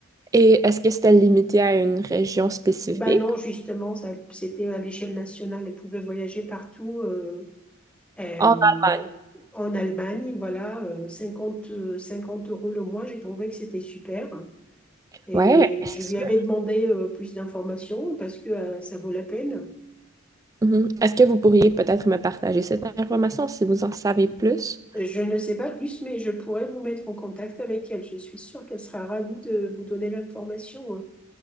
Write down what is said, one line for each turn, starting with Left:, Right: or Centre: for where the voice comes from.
Right: Et est-ce que c'était limité à une région spécifique?
Centre: Ben non, justement, ça, c'était à l'échelle nationale. Elle pouvait voyager partout euh, euh,
Right: En Allemagne.
Centre: en Allemagne. Voilà, euh, 50 euh, 50 euros le mois, j'ai trouvé que c'était super. Et
Right: Ouais, c'est
Centre: je
Right: sûr.
Centre: lui avais demandé euh, plus d'informations parce que euh, ça vaut la peine.
Right: Mhm. Est-ce que vous pourriez peut-être me partager cette information si vous en savez plus?
Centre: Je ne sais pas plus, mais je pourrais vous mettre en contact avec elle. Je suis sûre qu'elle sera ravie de vous donner l'information. hein.